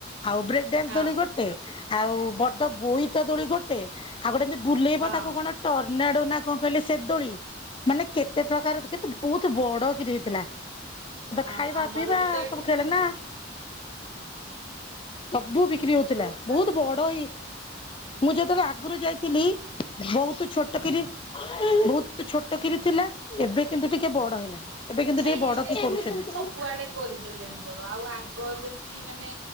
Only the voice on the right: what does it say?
ହଁ
ହଁ
ହଁ
ଆମର
ବି ତ ଏଠି
ସେମିତି
ସବୁ ଦୋକାନ
ଯେମିତି
ପଡେ ସେମିତି ପଡିଥିଲା
ନାଇଁ
ଏବେ
ଧୀରେ
ଧୀରେ ସବୁଆଡେ କରିଦେଲେଣି ବଡ। ଆଉ ଆଗ ଯେମିତି କି ମାନେ